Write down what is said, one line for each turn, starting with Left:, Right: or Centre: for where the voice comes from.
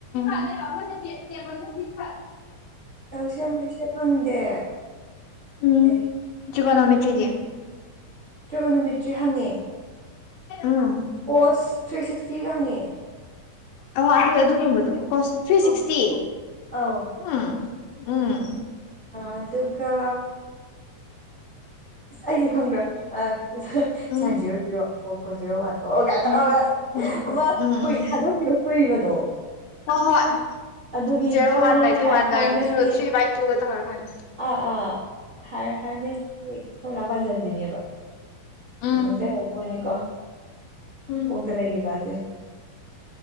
Left: ꯑ ꯑ
Right: ꯑꯦꯜ ꯁꯤ ꯑꯦꯝ ꯍꯩꯁ ꯁꯤ ꯑꯦꯐ ꯍꯪꯗꯦ
Left: ꯑꯨꯝ
Right: ꯑꯦ
Left: ꯖꯤꯒꯣꯅꯣꯃꯤꯇ꯭ꯔꯤꯗꯤ
Right: ꯇꯔ꯭ꯤꯒꯣꯅꯣꯃꯤꯇꯔ꯭ꯤ ꯍꯪꯉꯦ
Left: ꯎꯝ
Right: ꯀꯣꯁ ꯊ꯭ꯔꯤ ꯁꯤꯛꯁꯇꯤꯒ ꯍꯪꯉꯛꯑꯦ
Left: ꯑꯣ ꯑꯗꯨ ꯑꯗꯨꯒꯨꯝꯕꯗꯣ ꯀꯣꯁ ꯊ꯭ꯔꯤ ꯁꯤꯛꯁꯇꯤ
Right: ꯑꯣ ꯑꯧ
Left: ꯎꯝ ꯎꯝ
Right: ꯑꯗꯨꯒ ꯑꯩꯁꯨ ꯈꯪꯕ꯭ꯔꯥ ꯑ
Left: ꯎꯝ
Right: ꯁꯥꯏꯟ ꯖꯤꯔꯣ ꯖꯤꯔꯣ ꯑꯣ ꯀꯣꯁ ꯖꯤꯔꯣ ꯋꯥꯟ ꯑꯣꯒ
Left: ꯎꯝ
Right: ꯇꯧꯔꯒ
Left: ꯎꯝ ꯎꯝ
Right: ꯑꯃ
Left: ꯎꯝ
Right: ꯀꯨꯏ
Left: ꯎꯝ
Right: ꯊꯥꯗꯣꯛꯈꯤꯕ ꯀꯨꯏꯕꯗꯣ
Left: ꯍꯣꯏ ꯍꯣꯏ
Right: ꯑꯗꯨꯒꯤ
Left: ꯖꯦꯔꯣ
Right: ꯊꯥꯏꯅ
Left: ꯋꯥꯟ ꯕꯥꯏ ꯇꯨ
Right: ꯍꯥꯏ
Left: ꯋꯥꯟ
Right: ꯍꯥꯏꯔꯃꯦꯁꯀꯤ
Left: ꯕꯥꯏ ꯔꯨꯠꯇꯨ ꯔꯨꯠ ꯊ꯭ꯔꯤ ꯕꯥꯏ ꯇꯨꯒ ꯇꯧꯔꯛꯀꯥꯟ
Right: ꯑꯥ ꯑꯥ ꯍꯥꯌꯔ ꯍꯥꯌꯔꯃꯦꯁꯀꯤ ꯐꯣꯔꯃꯨꯂꯥ ꯄꯥꯟꯖꯟꯕꯤꯅꯦꯕ
Left: ꯎꯝ
Right: ꯅꯤꯡꯖꯪ ꯉꯛꯏ ꯄꯣꯠꯅꯤꯀꯣ
Left: ꯎꯝ
Right: ꯀꯣꯛꯇ ꯂꯩꯒꯤꯕꯁꯦ